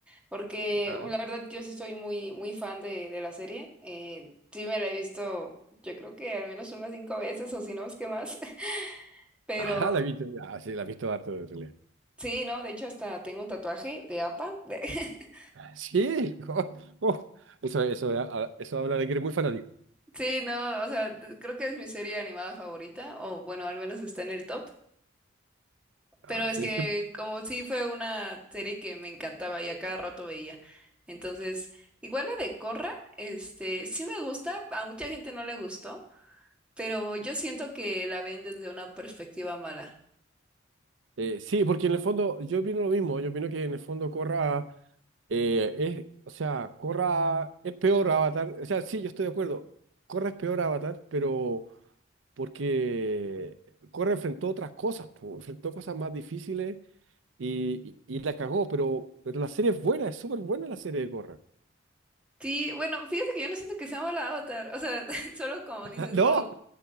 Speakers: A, in the centre; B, on the right.
A: porque
B: Ah,
A: la
B: <laughs>
A: verdad yo sí soy muy, muy fan de, de la serie. eh, sí me la he visto, yo creo que al menos unas cinco veces o si no es que más, <laughs> pero
B: Ajá, la he visto. Ah, sí, la he visto harto de realidad.
A: sí, no, de hecho hasta tengo un tatuaje de APA. de- <laughs>
B: Sí, <laughs> oh, oh, Eso, eso, ah, ah, eso habla de que eres muy fanático.
A: Sí, no, o sea, creo que es mi serie animada favorita, o bueno, al menos está en el top.
B: Ah,
A: Pero es
B: sí,
A: que
B: es que
A: como sí fue una serie que me encantaba y a cada rato veía. Entonces, igual la de Corra, este, sí me gusta, a mucha gente no le gustó, pero yo siento que la ven desde una perspectiva mala.
B: Eh, sí, porque en el fondo yo opino lo mismo, yo opino que en el fondo Corra eh, es, o sea, Corra es peor Avatar, o sea, sí, yo estoy de acuerdo, Corra es peor Avatar, pero porque Corra enfrentó otras cosas, po, enfrentó cosas más difíciles y, y, y la cagó, pero, pero la serie es buena, es súper buena la serie de Corra.
A: Sí, bueno, fíjate que yo no siento que sea mala Avatar, o sea, <laughs> solo como
B: <laughs>
A: dices,
B: No.
A: como